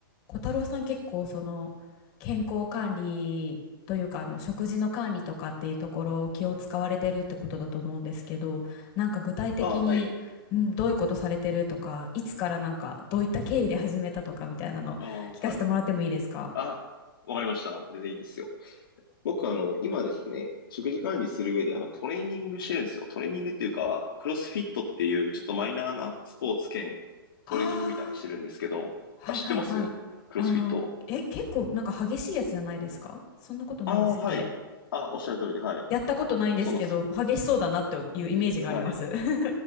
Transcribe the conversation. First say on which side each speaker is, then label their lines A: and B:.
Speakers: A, on the left; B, on the left.
A: 小太郎さん結構その健康管理というかあの食事の管理とかっていうところを気を使われてるってことだと思うんですけどなんか具体的に、
B: あ、はい。
A: うん、どういうことされてるとかいつからなんかどういった経緯で始めたとかみたいなの聞かせてもらってもいいですか
B: あ、はい。あ、わかりました。全然いいですよ。僕、あの、今ですね、食事管理する上で、あの、トレーニングしてるんですよ。トレーニングっていうか、クロスフィットっていう、ちょっとマイナーなスポーツ兼トレーニングみたいなのしてるんですけど、
A: ああ、はいはいはい。
B: あ、知ってますクロスフィット。
A: あのえ結構なんか激しいやつじゃないですかそんなことないですっけ
B: ああ、はい。あ、おっしゃる通りで、はい。
A: やったことないんですけど激しそうだなっていうイメージがあります。
B: そうなんですよ。はい。
A: <laughs>